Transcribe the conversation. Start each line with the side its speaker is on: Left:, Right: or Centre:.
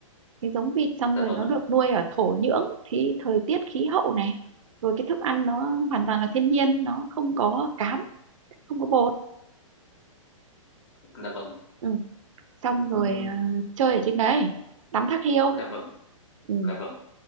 Right: cái giống vịt xong
Left: dạ
Right: rồi
Left: vâng
Right: nó
Left: ạ
Right: được nuôi ở thổ nhưỡng thì thời tiết khí hậu này rồi cái thức ăn nó hoàn toàn là thiên nhiên nó không có cám không có bột
Left: dạ vâng
Right: ừ. xong
Left: Ừm,
Right: rồi ờ, chơi ở trên đấy tắm thác hiêu
Left: dạ vâng
Right: ừ.
Left: dạ vâng